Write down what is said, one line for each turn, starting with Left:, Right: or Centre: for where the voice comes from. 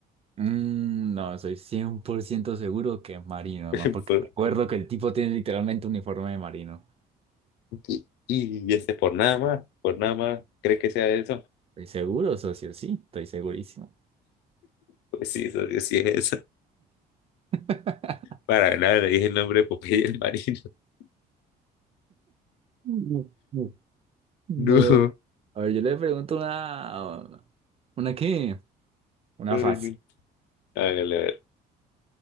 Right: Mm, no, soy 100% seguro que es marino, además
Left: <laughs>
Right: porque
Left: Por-
Right: recuerdo que el tipo tiene literalmente un uniforme de marino.
Left: y, y este, por nada más, por nada más, ¿cree que sea eso?
Right: Estoy seguro, socio, sí, estoy segurísimo.
Left: Pues sí, socio, sí es <laughs> eso.
Right: <laughs>
Left: Para nada, le dije el nombre de Popeye el marino. <laughs>
Right: No. no. No.
Left: No,
Right: A ver, yo le pregunto una... ¿Una qué? Una
Left: ay,
Right: fácil.
Left: no. Hágale, a ver.